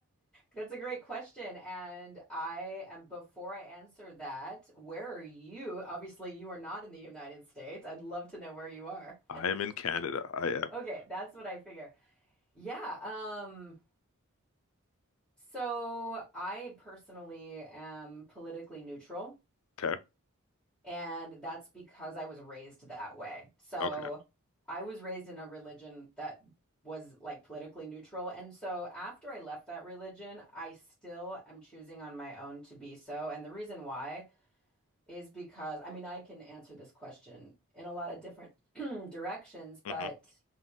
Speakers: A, in the centre; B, on the left (about 70°).
A: That's a great question. And I am, before I answer that, where are you? Obviously, you are not in the United States. I'd love to know where you are.
B: I am in Canada. I am.
A: Okay, that's what I figure. Yeah, um, so I personally am politically neutral.
B: Okay.
A: And that's because I was raised that way. So
B: Okay.
A: I was raised in a religion that was like politically neutral. And so after I left that religion, I still am choosing on my own to be so. And the reason why is because, I mean, I can answer this question in a lot of different <clears throat> directions, but
B: hmm